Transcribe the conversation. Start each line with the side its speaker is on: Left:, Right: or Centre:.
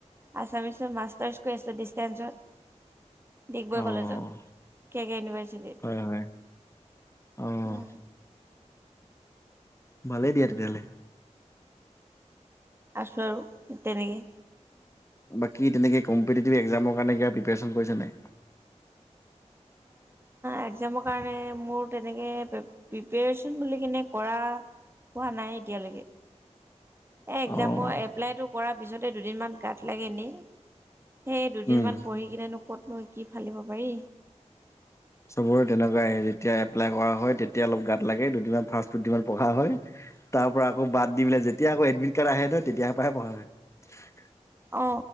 Right: আছামিছৰ মাৰ্ছতাছ <unintelligible> ডিগবৈ
Left: অ',
Right: কলেজত কে কে ইউনিভাৰ্চিটি।
Left: হয়, হয়, অ',
Right: উম।
Left: ভালেই দিয়া তেতিয়াহলে।
Right: আছো আৰু তেনেকে।
Left: বাকী তেনেকে কম্পিটিটিভ একজামৰ কাৰণে কিব প্ৰিপাৰেচন কৰি ছা নাই?
Right: একজামৰ কাৰণে মোৰ তেনেকৈ প্ৰিপেৰেছন বুলি কিনে কৰা পোহা নাই এতিয়ালৈকে। এ একজামৰ
Left: অ'।
Right: এপ্লাইটো কৰাৰ পিছতে দুদিনমান গাত লাগে এনেই। সেই দুদিনমান
Left: উম,
Right: পঢ়ি কিনেনো ক'তনো কি ফালিব পাৰি।
Left: চবৰে তেনেকুৱা যেতিয়া এপ্লাই কৰা হয় তেতিয়া অলপ গাত লাগে দুদিনমান ফাৰ্ছ দুদিনমান পঢ়া হয়। তাৰ পৰা আকৌ বাদ দি পেলাই যেতিয়া আকৌ এডমিট কাৰ্ড আহে ন তেতিয়াৰ পৰাহে পঢ় হয়।
Right: অ